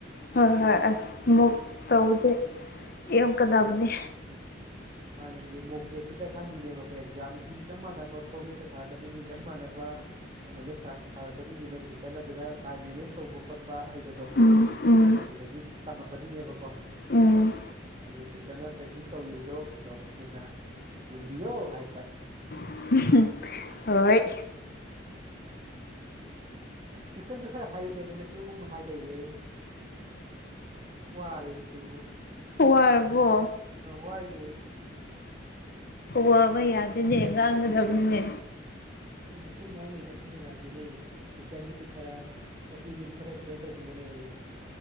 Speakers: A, on the left (about 50°); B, on the right (about 30°).
A: ꯍꯣꯏ ꯍꯣꯏ ꯃꯨ ꯇꯧꯗ ꯏ ꯀꯗꯥꯕꯅꯤ
B: ꯃꯥꯅꯦ ꯍꯥꯏꯗꯤ ꯃꯣꯛꯇꯦ ꯁꯤꯗ ꯈꯪꯗꯣꯏꯅꯦꯕ ꯑꯩꯈꯣꯏ ꯑꯦꯛꯖꯥꯝꯒꯤ ꯆꯞ ꯃꯥꯟꯅꯕ ꯐꯣꯔꯃꯦꯠꯇ ꯊꯥꯔꯛꯀꯗꯣꯏꯅꯤ ꯆꯞ ꯃꯥꯟꯅꯕ ꯀꯩꯅꯣ ꯂꯣꯏ ꯁꯥꯔꯛꯀꯗꯣꯏꯅꯤ ꯅꯣꯏ ꯁꯤꯁꯇꯟ ꯑꯗꯨꯗ ꯇꯥꯏꯝ ꯃꯦꯅꯦꯖ ꯇꯧꯕ ꯈꯣꯠꯄ ꯍꯩꯕꯗꯣ
A: ꯎꯝ ꯎꯝ
B: ꯑꯗꯨꯗꯒꯤ ꯇꯝꯂꯀꯗꯣꯏꯅꯦꯕꯀꯣ
A: ꯎꯝ
B: ꯑꯗꯨ ꯁꯤꯁꯇꯔꯅ ꯄ꯭ꯔꯦꯛꯇꯤꯁ ꯇꯧꯔꯤꯕꯗꯣ ꯑꯗꯨꯗꯣꯈꯣꯏꯅ ꯌꯦꯡꯕꯤꯌꯣ ꯍꯥꯏꯕ
A: <unintelligible> ꯍꯣꯏ
B: ꯄꯤꯛꯆꯟꯁꯨ ꯈꯔ ꯍꯥꯏꯌꯨ ꯀꯩꯅꯣꯅꯦ ꯁꯨꯝ ꯍꯥꯏ ꯂꯩꯔꯦ ꯋꯥꯔꯦꯁꯨ
A: ꯋꯥꯔꯕꯣ
B: ꯁꯤꯁꯒꯤꯁꯨ ꯋꯥꯏꯌꯦ
A: ꯋꯥꯕ ꯌꯥꯗꯣꯏꯅꯦ ꯉꯥꯡꯒꯗꯕꯅꯤꯅꯦ
B: ꯑꯩꯅ ꯁꯨꯡ ꯉꯥꯡꯂꯕꯁꯨ ꯅꯨꯡꯉꯥꯏꯇꯦꯅꯦ ꯏꯁꯇꯔꯒꯤꯁꯨ ꯈꯔ ꯑꯣꯄꯤꯅꯤꯌꯟ ꯈꯔ ꯁꯤꯦꯌꯔ ꯇꯧꯕꯤꯌꯣꯅꯦ